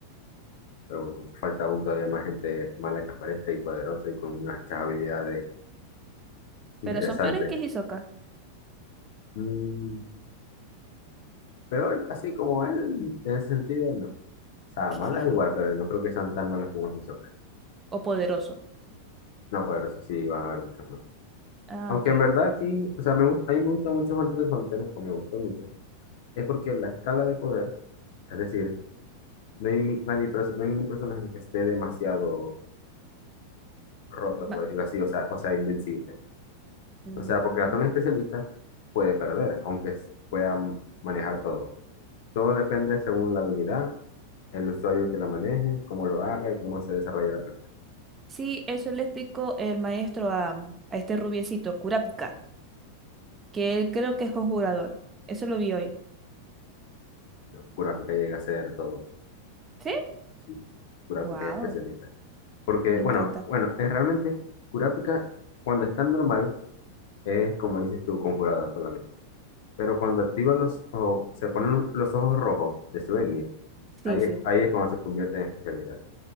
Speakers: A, on the left; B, on the right.
A: Pero bueno, falta aún todavía más gente mala que aparezca y poderosa y con unas habilidades interesantes.
B: Pero son peores que Hisoka,
A: Mm, Peor así como él, en ese sentido, no. O sea,
B: <laughs>
A: malas igual, pero no creo que sean tan malas como Hisoka.
B: o poderoso.
A: No, poderosos sí van a haber muchos más.
B: Ah,
A: Aunque
B: ok.
A: en verdad aquí, o sea, me gusta, a mí me gusta mucho Hunter x Hunter, o me gustó mucho, es porque la escala de poder, es decir, no hay, ni- nadie, perso- no hay ningún personaje que esté demasiado roto,
B: Ma-
A: por decirlo así, o sea, o sea, invencible.
B: mm,
A: O sea, porque hasta un especialista puede perder, aunque s- pueda m- manejar todo. Todo depende según la habilidad, el usuario que la maneje, cómo lo haga y cómo se desarrolla la pelea.
B: Sí, eso le explicó el maestro a, a este rubiecito, Kurapika, que él creo que es conjurador. Eso lo vi hoy.
A: Yo, Kurapika llega a hacer todo.
B: ¿Sí?
A: Sí, Kurapika
B: Wow,
A: es especialista. Porque,
B: me
A: bueno,
B: encanta.
A: bueno, es realmente Kurapika cuando está normal es como dices tú, conjurada solamente. Pero cuando activa los ojos, se ponen los ojos rojos de su etnia,
B: Sí,
A: ahí
B: sí.
A: es, ahí es cuando se convierte en especialista.